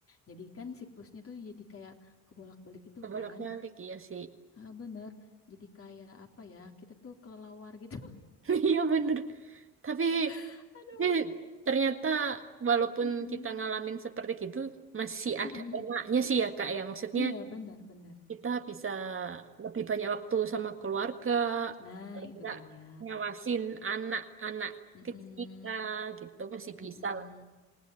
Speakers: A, on the left; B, on the right.
A: Jadi kan siklusnya tuh jadi kayak kebolak-balik itu
B: Kebolak-balik,
A: kan.
B: iya sih.
A: Ah, bener. Jadi kayak apa ya, kita tuh kelelawar gitu.
B: <laughs> Iya bener. Tapi,
A: <laughs> Aduh.
B: tapi ternyata walaupun
A: Mm-mm.
B: kita ngalamin seperti gitu, masih ada
A: Mm-mm.
B: enaknya sih ya, Kak. Ya, maksudnya
A: Iya, bener-bener.
B: kita bisa lebih banyak waktu sama keluarga,
A: Nah,
B: paling
A: itu
B: nggak
A: dia.
B: ngawasin anak-anak
A: Mm-mm.
B: kecil kita gitu masih
A: Mm-mm.
B: bisa.